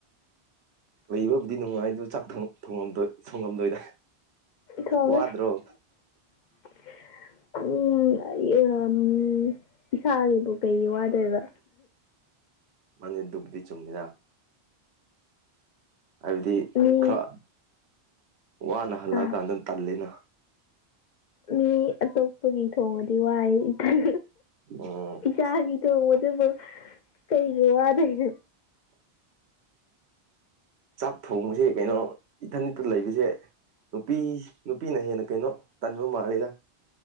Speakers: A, on the right; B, on the left.
A: ꯂꯩꯕꯕꯨꯗꯤ ꯅꯨꯡꯉꯥꯏ ꯑꯗꯨ ꯆꯥꯛ ꯊꯣꯡ ꯊꯣꯡꯉꯝꯗꯣꯏ ꯊꯣꯡꯉꯝꯗꯣꯏꯗ
B: ꯊꯣꯡꯉꯦ
A: ꯋꯥꯗ꯭ꯔꯣ
B: <inaudible> ꯎꯝ <unintelligible> ꯏꯁꯥꯒꯤꯕꯨ ꯀꯩꯒꯤ ꯋꯥꯗꯣꯏꯕ
A: ꯃꯥꯅꯦ ꯗꯨꯕꯨꯗꯤ ꯆꯨꯝꯃꯤꯗꯥ ꯍꯥꯏꯕꯗꯤ
B: ꯃꯤ
A: ꯈꯔ ꯋꯥꯅ ꯍꯜꯂꯛꯑꯀꯥꯟꯗ
B: ꯑꯥ
A: ꯇꯜꯂꯤꯅ
B: ꯃꯤ ꯑꯇꯣꯞꯄꯒꯤ ꯊꯣꯡꯕꯗꯤ ꯋꯥꯏ ꯏꯊꯟ
A: ꯎꯝ
B: ꯏꯆꯥ ꯑꯅꯤꯗꯣ ꯑꯗꯨꯕꯨ ꯀꯩꯒꯤ ꯋꯥꯗꯣꯏꯅꯣ
A: ꯆꯥꯛ ꯊꯣꯡꯕꯁꯦ ꯀꯩꯅꯣ ꯏꯊꯟ ꯏꯇꯟ ꯂꯩꯕꯁꯦ ꯅꯨꯄꯤ ꯅꯨꯄꯤꯅ ꯍꯦꯟꯅ ꯀꯩꯅꯣ ꯇꯟꯕ ꯃꯥꯜꯂꯤꯗ